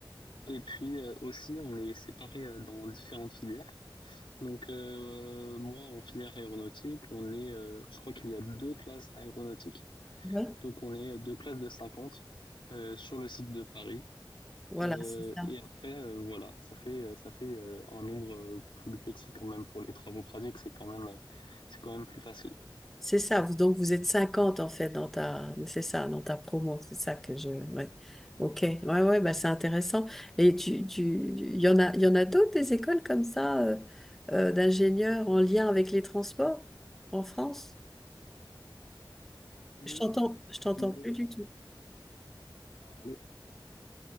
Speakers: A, on the left; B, in the centre.
A: Et puis euh, aussi, on les séparait euh, dans différentes filières. Donc euh, moi, en filière aéronautique, on est, euh, je crois qu'il y a deux classes aéronautiques.
B: Ouais.
A: Donc on est euh, deux classes de 50 euh, sur le site de Paris.
B: Voilà,
A: Euh,
B: c'est ça.
A: et après, euh, voilà, ça fait euh, ça fait euh, un nombre euh, plus petit quand même pour les travaux pratiques. C'est quand même euh, c'est quand même plus facile.
B: C'est ça. Vous- Donc vous êtes 50 en fait dans ta c'est ça, dans ta promo. C'est ça que je. Ouais. Ok. Ouais, ouais, bah c'est intéressant. Et tu, tu, il y en a, il y en a d'autres des écoles comme ça euh, euh, d'ingénieurs en lien avec les transports en France?
A: Alors,
B: Je t'entends,
A: euh,
B: je t'entends
A: il y en a une autre
B: plus du
A: qui est
B: tout.
A: euh, Allô?